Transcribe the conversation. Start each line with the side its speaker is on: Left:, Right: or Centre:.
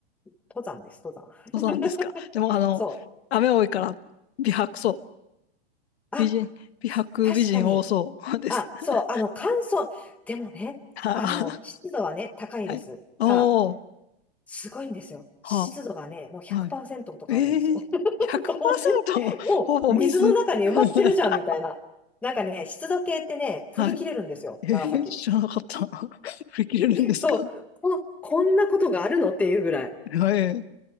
Centre: う、登山です、登山。
Left: そうなんですか。でも、
Centre: <laughs>
Left: あの、
Centre: そ
Left: 雨多いから、美白そう。
Centre: う。
Left: 美人、
Centre: あ、
Left: 美白美人多そうです。
Centre: 確かに。あ、
Left: <laughs>
Centre: そう、あの、乾燥。でもね、
Left: はあ
Centre: あの、湿度はね、高いです。
Left: はい。おー、
Centre: がすごいんですよ。
Left: は
Centre: 湿度がね、もう100%
Left: あ、はい。
Centre: とかあるんですよ。
Left: ええー、100%
Centre: <laughs> そういう、もう水の中に埋まってるじゃんみたいな。
Left: ほぼ水。<laughs>
Centre: なんかね、湿度計ってね、振り切れるんですよ、
Left: はい。えー、
Centre: 長崎。
Left: 知らなかった。<laughs> 振り切れるんですか
Centre: そう、こ、こんなことがあるのっていうぐらい。
Left: えー、